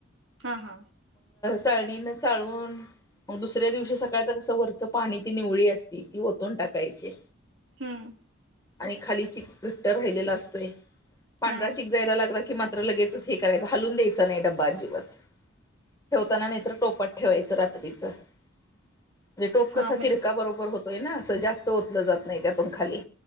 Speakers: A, on the right; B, on the left.
A: हा हा.
B: चाळणी चाळून मग दुसऱ्या दिवशी सकाळ सकाळचं कसं वरचं पाणी ती निवळी असती, ती ओतून टाकायची.
A: हम.
B: आणि खाली चिक घट्ट राहिलेला असतोय, पांढरा
A: हा
B: चिक जायला लागला की मात्र लगेचच हे करायचं हलून द्यायचं नाही, डब्बा अजिबात. ठेवताना नाहीतर टोपात ठेवायचं रात्रीच. म्हणजे टोप
A: हा
B: कसा
A: म्हण
B: तिरका बरोबर होतोय ना, असं जास्त ओतलं जात नाही त्यातून खाली.